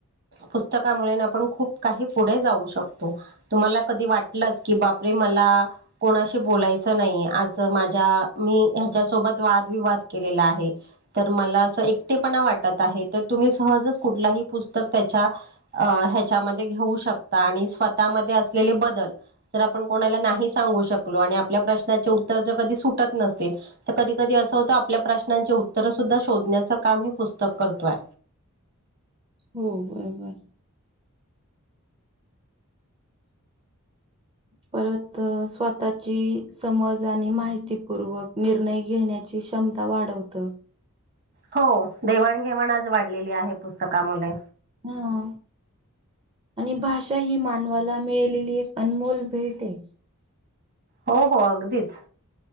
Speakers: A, on the right; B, on the right.
A: पुस्तकामुळे आपण खूप काही पुढे जाऊ शकतो तुम्हाला कधी वाटलच की बापरे मला कोणाशी बोलायचं नाहीे आज माझ्या मी ह्याच्यासोबत वादविवाद केलेला आहे तर मला असं एकटेपणा वाटत आहे तर तुम्ही सहजच कुठलाही पुस्त त्याच्या त्याच्यामध्ये घेऊ शकत आणि स्वतःमध्ये असलेले बदल जर आपण कोणाला नाही सांगू शकलो आणि आपल्या प्रश्नाचे उत्तर जर कधी सुटत नसतील तर कधी कधी असं होतं आपल्या प्रश्नांचे उत्तर सुद्धा शोधण्याच काम हे पुस्तक करतोय
B: हो बरोबर परत स्वतःची समज आणि माहितीपूर्वक निर्णय घेण्याची क्षमता वाढवत
A: हो, देवाणघेवाण आज वाढलेली आहे पुस्तका मुले.
B: हा, आणि भाषा ही मानवाला मिळलेली एक अनमोल भेट हे.
A: हो, हो आग- तेच